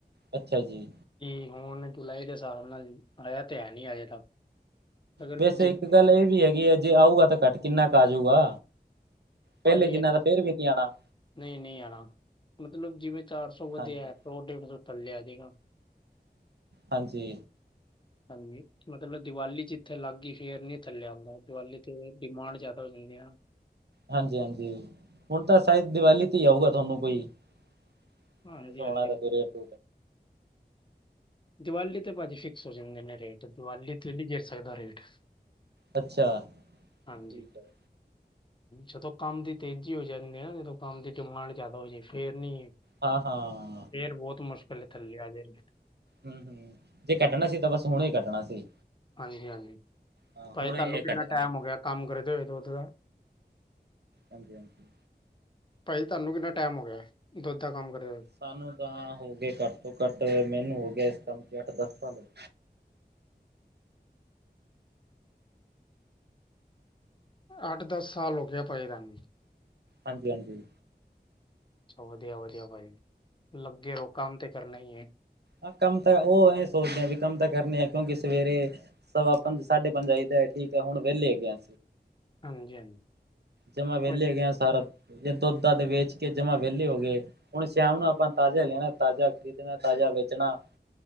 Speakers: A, on the right; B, on the left.
A: ਅੱਛਾ ਜੀ।
B: ਕੀ ਹੁਨ ਜੁਲਾਈ ਦੇ ਹਸਾਬ ਨਾਲ ਆਏਆ ਤੇ ਹੈ ਨੀ ਅਜੇ ਤੱਕ। ਅਗਰ
A: ਵੈਸੇ
B: ਜਿ
A: ਇੱਕ ਗੱਲ ਏਹ ਵੀ ਹੈਗੀ ਏ ਜੇ ਆਊਗਾ ਤਾਂ ਘੱਟ ਕਿੰਨਾ ਕ ਆਜੂਗਾ। ਪਹਿਲੇ
B: ਪਾਜੀ,
A: ਜਿੰਨਾ ਤਾਂ ਫੇਰ ਵੀ ਨਹੀਂ ਆਉਣਾ
B: ਨਈ-ਨਈ ਆਣਾ, ਮਤਲਬ ਜਿਵੇਂ ਚਾਰ ਸੌ ਵਧੇਆ
A: ਹਾਂਜੀ
B: ਓ ਟੇਬਲ ਤੋਂ ਥੱਲੇ ਆ ਜੇਗਾ।
A: ਹਾਂਜੀ
B: ਹਾਂਜੀ, ਮਤਲਬ ਦਿਵਾਲੀ ਜਿੱਥੇ ਲਾਗਈ ਫੇਰ ਨਈ ਥੱਲੇ ਆਂਦਾ, ਦਿਵਾਲੀ ਤੇ ਡਿਮਾਂਡ ਜ਼ਾਦਾ ਹੋ ਜਾਂਦੀ ਆ ਨਾ।
A: ਹਾਂਜੀ- ਹਾਂਜੀ, ਹੁਣ ਤਾਂ ਸ਼ਾਇਦ ਦੀਵਾਲੀ ਤੇ ਹੀ ਆਊਗਾ, ਤੁਹਾਨੂੰ ਕੋਈ <unintelligible>
B: ਹਾਂਜੀ
A: ਦਾ
B: ਹਾਂਜੀ
A: ਕੀ ਰੇਟ
B: ਦੀਵਾਲੀ ਤੇ ਭਾਜੀ ਫਿਕਸ ਹੋ ਜਾਂਦੇ ਨੇ ਰੇਟ, ਦੀਵਾਲੀ ਤੇ ਨਈ ਜਿੱਤ ਸਕਦਾ ਰੇਟ
A: ਅੱਛਾ,
B: ਹਾਂਜੀ
A: ਠੀਕ ਹੈ
B: ਜਦੋਂ ਕੰਮ ਦੀ ਤੇਜ਼ੀ ਹੋ ਜਾਂਦੀ ਆ ਨਾ, ਜਦੋਂ ਕੰਮ ਦੀ ਡਿਮਾਂਡ ਜਿਆਦਾ ਹੋ ਜਾਏ, ਫਿਰ ਨੀ
A: ਹਾਂ ਹਾਂ
B: ਫਿਰ ਬੋਤ ਮੁਸ਼ਕਿਲ ਥੱਲੇ ਆਜਨ ਗੇ
A: ਹਮ- ਹਮ ਜੇ ਕੱਟਣਾ ਸੀ, ਤਾਂ ਬਸ ਹੁਨੇ ਹੀ ਕੱਟਣਾ ਸੀ
B: ਹਾਂਜੀ- ਹਾਂਜੀ,
A: ਹਾਂ
B: ਪਾਜੀ
A: ਹੁਣੇ
B: ਤੁਹਾਨੂੰ
A: ਇਹ ਕੱਟਿਆ
B: ਕਿੰਨਾ ਟਾਈਮ
A: ਨਹੀਂ
B: ਹੋ ਗਿਆ, ਕੰਮ ਕਰੇ ਦੇ ਦੁੱਧ ਦਾ
A: ਹਾਂਜੀ- ਹਾਂਜੀ
B: ਭਾਜੀ ਤੁਹਾਨੂੰ ਕਿੰਨਾ ਟਾਈਮ ਹੋ ਗਿਆ, ਦੁੱਧ ਦਾ ਕੰਮ ਕਰੇ ਹੋਏ।
A: ਸਾਨੂੰ ਤਾਂ ਹੋ ਗਏ, ਘੱਟ ਤੋਂ ਘੱਟ, ਮੈਨੂੰ ਹੋ ਗਏ, ਇਸ ਕੰਮ 'ਚ ਅੱਠ, ਦਸ ਸਾਲ ਹੋ ਗਏ
B: ਅੱਠ, ਦਸ ਸਾਲ ਹੋ ਗਏ, ਪਏ ਰਨ
A: ਹਾਂਜੀ- ਹਾਂਜੀ
B: ਅਾ <unintelligible> ਵਧੀਆ ਵਧੀਆ ਭਾਈ, ਲੱਗੇ ਓ ਕੰਮ ਤੇ ਕਰਨਾ ਹੀ ਹੈ।
A: ਹਾਂ, ਕੰਮ ਤਾਂ ਉਹ ਇਹ ਸੋਚਦੇ ਹ ਵੀ ਕੰਮ ਤਾਂ ਕਰਨੇ ਆ ਕਿਉਂਕਿ ਸਵੇਰੇ ਸਵਾ ਪੰਜ, ਸਾਢੇ ਪੰਜ ਆਈ ਦਾ ਠੀਕ ਹੈ ਹੁਣ ਵਿਹਲੇ ਹੈਗੇ ਆ।
B: ਹਾਂਜੀ ਹਾਂਜੀ
A: ਜਮਾ, ਵਿਹਲੇ
B: ਵਧੀਆ
A: ਹੈਗੇ ਆ ਸਾਰਾ ਜੇ, ਦੁੱਧ ਦਦ ਵੇਚ ਕੇ ਜਮਾ ਵਿਹਲੇ ਹੋ ਗਏ। ਹੁਣ ਸ਼ਾਮ ਨੂੰ ਆਪਾਂ ਤਾਜ਼ਾ ਲਿਆਣਾ, ਤਾਜ਼ਾ ਖ਼ਰੀਦਣਾ, ਤਾਜ਼ਾ ਵੇਚਣਾ।